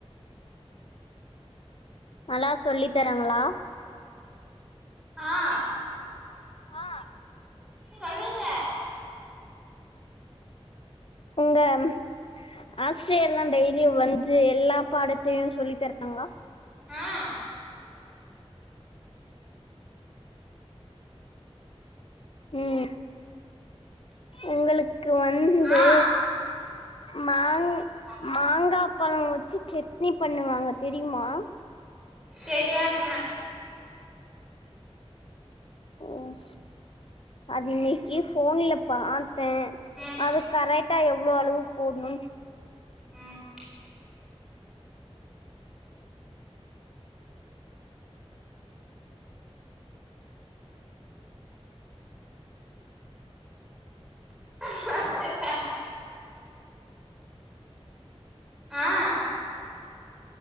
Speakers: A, on the left; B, in the centre.
A: நல்லா சொல்லி தராங்ளா
B: ஆ
A: ஆ
B: சொல்லுங்க
A: உங்க ம் ஆஸ்ரியர்லா டெய்லி வந்து எல்லா பாடத்தியு சொல்லி தரு வாங்ளா
B: ஆம்
A: ம் உங்குளுக்கு வந்து
B: ஆ
A: மாங்
B: ஆ
A: மாங்கா பழோ வெச்சு செட்னி பண்ணுவாங்க தெரியுமா
B: தெரியாதுங்க
A: ம் அது இன்னிக்கி ஃபோன்ல பாத் தே
B: ம்
A: அது கரட்டா எவ்ளோ அளுவு போட்ணுன்
B: ம் சொல்லுங்க ஆ